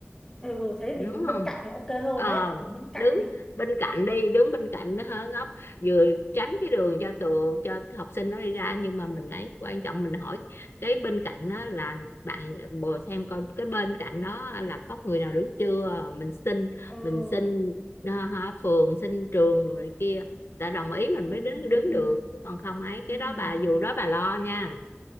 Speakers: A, on the left; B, on the left.
A: ừ, thế thì
B: đúng
A: mình đứng bên
B: không
A: cạnh thì ok hơn
B: ờ
A: đấy đứng bên cạnh
B: đứng
A: đi
B: bên cạnh đi đứng bên cạnh nó hớ góc vừa tránh cái đường cho tụi cho cái học sinh nó đi ra nhưng mà mình ấy quan trọng mình hỏi cái bên cạnh đó là bạn bồ xem coi cái bên cạnh đó là có người nào đứng chưa mình xin
A: ừ
B: mình xin ờ, hả, phường xin trường rồi này kia đã đồng ý mình
A: ừ
B: mới đứng
A: ừ ừ
B: đứng
A: ừ,
B: được còn không ấy cái
A: ừ.
B: đó
A: ừ.
B: bà dù đó bà lo nha